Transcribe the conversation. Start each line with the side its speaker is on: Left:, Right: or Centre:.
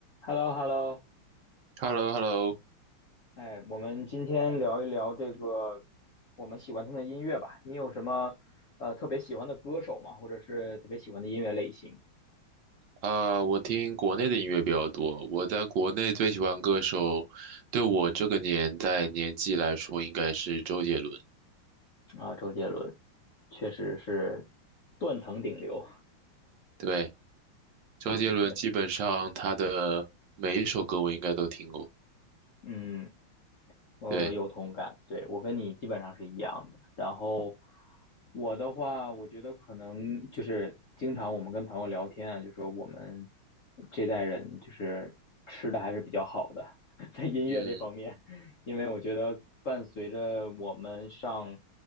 Left: h e l l o h e l l o
Right: h e l l o h e l l o
Left: 哎，我们今天聊一聊这个我们喜欢听的音乐吧。你有什么呃特别喜欢的歌手吗？或者是特别喜欢的音乐类型
Right: 啊，我听国内的音乐比较多。我在国内最喜欢歌手，对我这个年代年纪来说，应该是周杰伦。
Left: 啊？周杰伦确实是断层顶流。
Right: 对，周杰伦基本上他的每一首歌我应该都听过。
Left: 嗯嗯呃，
Right: 对，
Left: 有同感，对，我跟你基本上是一样的。然后我的话，我觉得可能就是经常我们跟朋友聊天啊，就说我们这代人就是吃的还是比较好的，<laughs> 在音乐这方面，
Right: 嗯，
Left: 因为我觉得伴随着我们上